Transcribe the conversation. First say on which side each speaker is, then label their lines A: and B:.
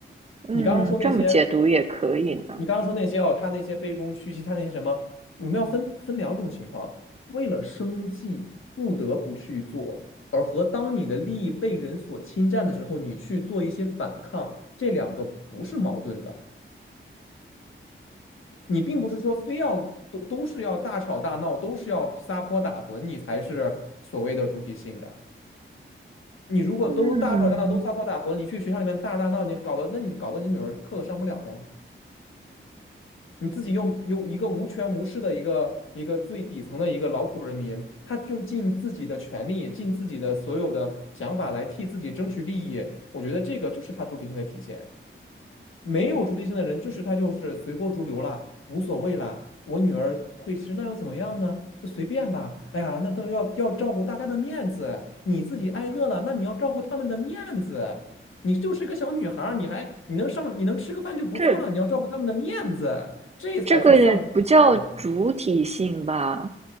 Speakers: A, on the right; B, on the left.
A: 嗯，
B: 你刚刚说那些。
A: 这么解读也可以呢。
B: 你刚刚说那些哦，他那些卑躬屈膝，他那些什么，我们要分分两种情况，为了生计不得不去做，而和当你的利益被人所侵占的时候，你去做一些反抗，这两个不是矛盾的。你并不是说非要都都是要大吵大闹，都是要撒泼打浑，你才是所谓的主体性的。你如果都大吵大闹，
A: 嗯，
B: 都撒泼打浑，你去学校里面大吵大闹，你搞得那你搞得你女儿课都上不了了呀。你自己又用一个无权无势的一个一个最底层的一个劳苦人民，他用尽自己的权利，尽自己的所有的想法来替自己争取利益，我觉得这个就是他主体性的体现啊。没有主体性的人，就是他就是随波逐流啦，无所谓啦。我女儿会吃，那又怎么样呢？就随便吧。哎呀，那都要要照顾大家的面子，你自己挨饿了，那你要照顾他们的面子。你就是个小女孩儿，你还你能上你能吃个饭就不错了，
A: 这
B: 你要照顾他们的面子，这才是丧失了自己的主体。
A: 这个也不叫主体性吧？